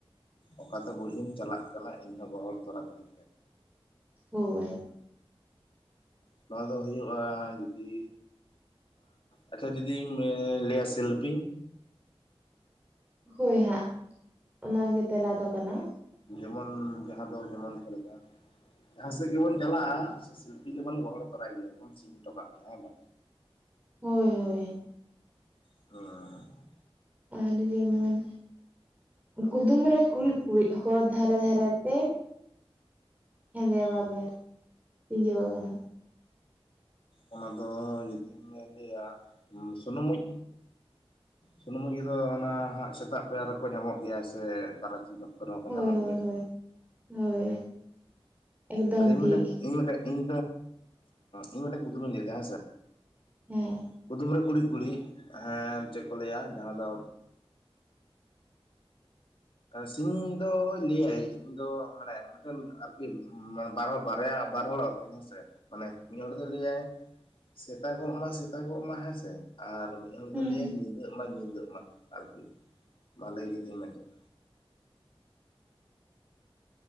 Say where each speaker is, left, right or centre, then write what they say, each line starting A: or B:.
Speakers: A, on the left; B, on the right.
A: ᱚᱠᱟᱛᱮ ᱵᱩᱲᱦᱤᱢ ᱪᱟᱞᱟᱜ ᱠᱟᱱᱟ ᱤᱧᱦᱚᱸ ᱜᱚᱦᱚᱲ ᱛᱚᱨᱟ ᱠᱤᱧ
B: ᱦᱳᱭ
A: ᱱᱚᱣᱟ ᱫᱚ ᱦᱩᱭᱩᱜᱼᱟ ᱡᱩᱫᱤ ᱟᱪᱪᱷᱟ ᱡᱩᱫᱤᱢ ᱞᱟᱹᱭᱟ ᱥᱤᱞᱯᱤᱧ
B: ᱦᱳᱭ ᱦᱟᱸᱜ ᱚᱱᱟᱜᱮ ᱛᱮᱞᱟ ᱫᱚ ᱠᱟᱱᱟ
A: ᱡᱮᱢᱚᱱ ᱡᱟᱦᱟᱸ ᱫᱚ ᱡᱮᱢᱚᱱ ᱪᱮᱫ ᱞᱮᱠᱟ ᱡᱟᱦᱟᱸ ᱥᱮᱫ ᱜᱮᱵᱚᱱ ᱪᱟᱞᱟᱜᱼᱟ ᱥᱤᱧᱯᱤᱧ ᱫᱚ ᱵᱚᱱ ᱜᱚᱦᱚᱲ ᱛᱚᱨᱚᱭ ᱜᱮᱭᱟ ᱥᱤᱧ ᱜᱮᱭᱟ᱾
B: ᱦᱳᱭ ᱦᱳᱭ
A: ᱦᱚᱸᱻ
B: ᱟᱨ ᱡᱮᱢᱚᱱ ᱠᱩᱫᱩᱢ ᱨᱮ ᱠᱩᱬᱤᱫ ᱠᱩᱬᱤᱫ ᱦᱚᱨ ᱫᱷᱟᱨᱮ ᱫᱷᱟᱨᱮ ᱛᱮ ᱦᱮᱸᱫᱮᱭᱟ ᱵᱟᱵᱮᱨ ᱛᱤᱡᱟᱹᱣᱟ ᱠᱟᱱᱟ᱾
A: ᱚᱱᱟ ᱫᱚ ᱡᱩᱫᱤᱢ ᱞᱟᱹᱭᱟ ᱥᱩᱱᱩᱢ ᱢᱩᱡ ᱥᱩᱱᱩᱢ ᱢᱩᱡ ᱫᱚ ᱚᱱᱟ ᱦᱟᱸᱜ ᱥᱮᱛᱟᱜ ᱯᱟᱭᱟᱨ ᱨᱮᱠᱚ ᱧᱟᱢᱚᱜ ᱜᱮᱭᱟ ᱥᱮ ᱛᱟᱨᱟᱥᱤᱧᱚᱜ ᱨᱚᱠᱚ
B: ᱦᱳᱭ
A: ᱧᱟᱢᱚᱜ
B: ᱦᱳᱭ
A: ᱜᱮᱭᱟ
B: ᱦᱳᱭ ᱦᱳᱭ ᱮᱠᱫᱚᱢ
A: ᱟᱪᱪᱷᱟ ᱤᱧ
B: ᱴᱷᱤᱠ
A: ᱢᱤᱫᱴᱮᱡ ᱤᱧ ᱢᱤᱫᱴᱮᱡ ᱤᱧ ᱤᱧ ᱢᱤᱫᱴᱟᱝ ᱠᱩᱫᱩᱢ ᱤᱧ ᱞᱟᱹᱭ ᱫᱟ
B: ᱦᱮᱸ
A: ᱠᱩᱫᱩᱢ ᱨᱮ ᱠᱩᱬᱤᱫ ᱠᱩᱬᱤᱫ ᱦᱮᱸ ᱪᱮᱫ ᱠᱚ ᱞᱟᱹᱭᱟ ᱡᱟᱦᱟᱸ ᱫᱚ ᱥᱤᱧ ᱫᱚ ᱞᱟᱹᱭᱟᱭ ᱤᱧ ᱫᱚ ᱢᱟᱱᱮ ᱢᱤᱫᱴᱮᱱ ᱟᱨᱠᱤ ᱵᱟᱨ ᱦᱚᱲ ᱵᱟᱨᱭᱟ ᱵᱟᱨ ᱦᱚᱲ ᱟᱠᱤᱱ ᱦᱮᱸᱥᱮ ᱢᱟᱱᱮ ᱢᱤᱫ ᱦᱚᱲ ᱫᱚᱭ ᱞᱟᱹᱭᱟᱭ ᱥᱮᱛᱟᱜᱚᱜ ᱢᱟ ᱥᱮᱛᱟᱜᱚᱜ ᱢᱟ ᱦᱮᱸᱥᱮ ᱟᱨ ᱤᱧ ᱦᱚᱲ
B: ᱦᱩᱸ
A: ᱫᱚ ᱞᱟᱹᱭ ᱟ ᱧᱤᱫᱟᱹᱜ ᱢᱟ ᱧᱤᱫᱟᱹᱜ ᱢᱟ ᱟᱨᱠᱤ ᱢᱟ ᱞᱟᱹᱭ ᱠᱟᱛᱤᱧ ᱢᱮ ᱪᱮᱫ?